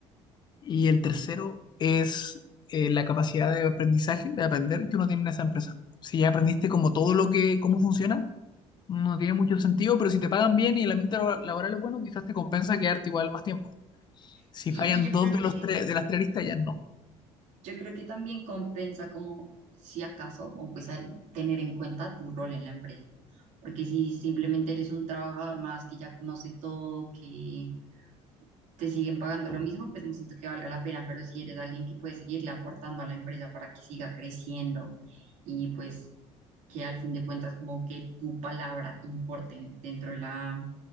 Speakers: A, on the left; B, on the right.
A: Y el tercero es eh, la capacidad de aprendizaje, de aprender que uno tiene en esa empresa. Si ya aprendiste como todo lo que, cómo funciona, no tiene mucho sentido, pero si te pagan bien y el ambiente labo- laboral es bueno, quizás te compensa quedarte igual más tiempo. Si
B: Sí,
A: fallan
B: y yo
A: dos
B: creo
A: de
B: que,
A: los tres, de las tres listas, ya no.
B: yo creo que también compensa como si acaso, o pues a- tener en cuenta tu rol en la empresa. Porque si simplemente eres un trabajador más que ya conoce todo, que te siguen pagando lo mismo, pues no siento que valga la pena, pero si eres alguien que puede seguirle aportando a la empresa para que siga creciendo y pues que al fin de cuentas como que tu palabra importe dentro de la